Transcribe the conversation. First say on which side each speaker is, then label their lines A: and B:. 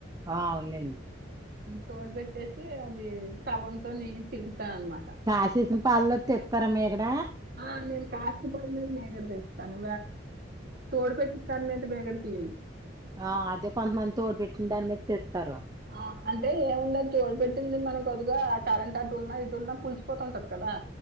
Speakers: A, on the right (about 20°); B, on the right (about 50°).
A: ఆ అవులేండి
B: తోడ్ పెట్టేసి అది కవ్వంతో నేను చిలుకుతా అనమాట
A: కాసేసిన పాలల్లో తీత్తరా మీగడ
B: ఆ నేను కాస్పని మీద మీగడ తెస్తాను తోడుపెట్టిస్తాను మీద మీగడ తీయను
A: ఆ అదే కొంతమంది తోడి పెట్టిన దాని మీద తీత్తరు
B: ఆ అంటే ఏముందది తోడ్ పెట్టింది మనకు అదుగా కరెంట్ అటున్న ఇటున్నా పులిసిపోతుంటది కదా